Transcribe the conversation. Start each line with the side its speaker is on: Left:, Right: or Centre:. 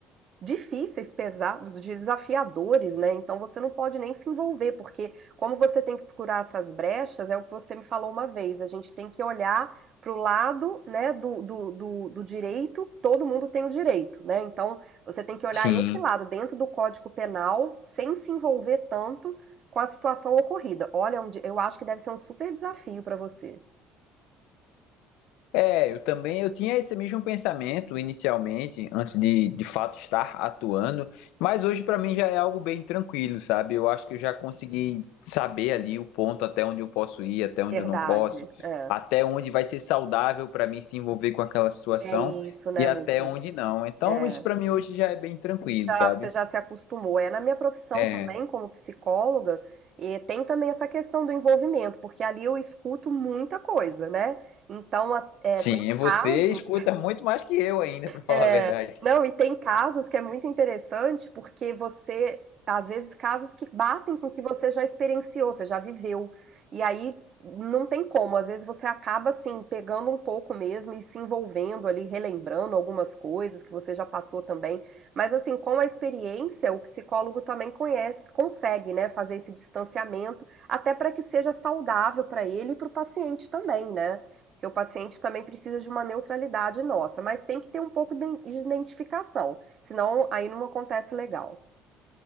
Right: difíceis, pesados, desafiadores, né? Então você não pode nem se envolver, porque como você tem que procurar essas brechas, é o que você me falou uma vez, a gente tem que olhar pro lado né, do, do, do, do direito, todo mundo tem o direito, né? Então você tem que olhar
Left: Sim.
Right: esse lado dentro do Código Penal, sem se envolver tanto com a situação ocorrida. Olha, é um di- eu acho que deve ser um super desafio para você.
Left: É, eu também, eu tinha esse mesmo pensamento inicialmente, antes de de fato estar atuando, mas hoje para mim já é algo bem tranquilo, sabe? Eu acho que eu já consegui saber ali o ponto até onde eu posso ir, até onde
Right: Verdade.
Left: eu não posso,
Right: É,
Left: até onde vai ser saudável para mim se envolver com aquela situação
Right: é isso, né,
Left: e até
Right: Lucas?
Left: onde não. Então
Right: É.
Left: isso para mim hoje já é bem tranquilo,
Right: Já,
Left: sabe?
Right: você já se acostumou. É na minha profissão
Left: É.
Right: também, como psicóloga, e tem também essa questão do envolvimento, porque ali eu escuto muita coisa, né? Então, a- é,
Left: Sim,
Right: tem
Left: você
Right: casos
Left: escuta muito mais que eu ainda, para falar
Right: é,
Left: a verdade.
Right: não, e tem casos que é muito interessante porque você, às vezes, casos que batem com o que você já experienciou, você já viveu. E aí não tem como, às vezes você acaba assim pegando um pouco mesmo e se envolvendo ali, relembrando algumas coisas que você já passou também. Mas assim, com a experiência, o psicólogo também conhece, consegue, né, fazer esse distanciamento, até para que seja saudável para ele e para o paciente também, né? Porque o paciente também precisa de uma neutralidade nossa, mas tem que ter um pouco de identificação, senão aí não acontece legal.